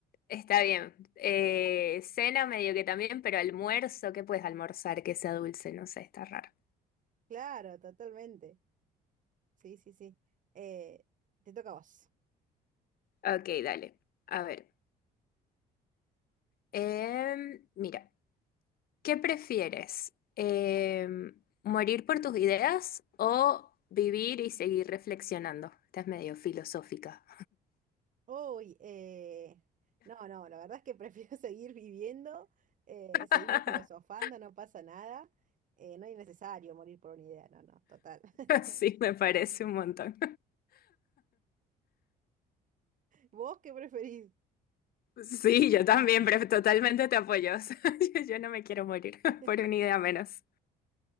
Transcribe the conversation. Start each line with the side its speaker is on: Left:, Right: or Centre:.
Left: está bien. Eh, cena medio que también, pero almuerzo, ¿qué puedes almorzar que sea dulce? No sé, está raro.
Right: Claro, totalmente. Sí, sí, sí. Eh, te toca a vos.
Left: Ok, dale. A ver. Em, mira, ¿qué prefieres? Em, ¿morir por tus ideas o vivir y seguir reflexionando? Estás medio filosófica.
Right: Uy, eh, no, no, la verdad es que prefiero <laughs> seguir viviendo, eh,
Left: <laughs>
Right: seguimos filosofando, no pasa nada, eh, no es necesario morir por una idea, no, no, total. <laughs>
Left: Sí, me parece un montón.
Right: ¿Vos qué preferís?
Left: Sí, yo también, pero totalmente te apoyo. <laughs> Yo, yo no me quiero morir <laughs>
Right: <laughs>
Left: por una idea menos.